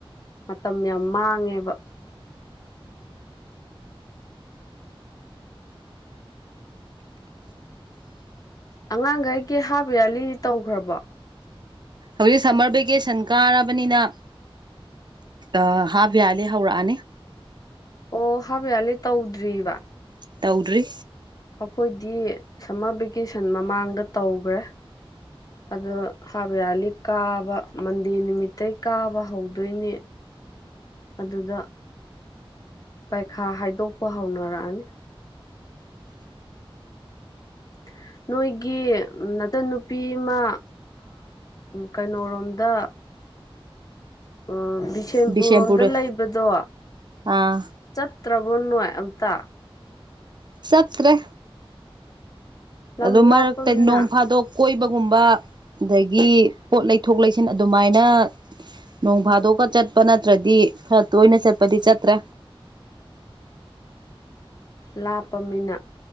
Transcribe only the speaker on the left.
ꯃꯇꯝ ꯌꯥꯝ ꯃꯥꯡꯉꯦꯕ ꯑꯉꯥꯡꯈꯩꯒꯤ ꯍꯥꯞ ꯌꯥꯔꯂꯤ ꯇꯧꯈ꯭ꯔꯕ
ꯑꯣ ꯍꯥꯕꯌꯥꯜꯂꯤ ꯇꯧꯗ꯭ꯔꯤꯕꯔꯤꯕ
ꯑꯩꯈꯣꯏꯗꯤ ꯁꯝꯃꯔ ꯚꯦꯀꯦꯁꯟ ꯃꯃꯥꯡꯗ ꯇꯧꯈ꯭ꯔꯦ ꯑꯗꯣ ꯍꯥꯕ ꯌꯥꯜꯂꯤ ꯀꯥꯕ ꯃꯟꯗꯦ ꯅꯨꯃꯤꯠꯇꯇꯩ ꯀꯥꯕ ꯍꯧꯗꯣꯏꯅꯦ ꯑꯗꯨꯗ ꯄꯩꯈꯥ ꯍꯥꯏꯗꯣꯛꯄ ꯍꯧꯅꯔꯛꯑꯅꯤ <inaudible> ꯅꯣꯏꯒꯤ ꯅꯇꯟ ꯅꯨꯄꯤ ꯑꯃ ꯀꯩꯅꯣꯣꯔꯣꯝꯗ ꯑ ꯁꯄꯨꯔꯣꯝꯗ
ꯂꯩꯕꯗꯣ
ꯆꯠꯇ꯭ꯔꯕ ꯃꯣꯟꯅꯅꯨꯡꯥꯏ ꯑꯝꯇ
ꯂꯝ
ꯂꯥꯞꯄꯃꯤꯅ
ꯂꯥꯞꯄ ꯃꯤꯅ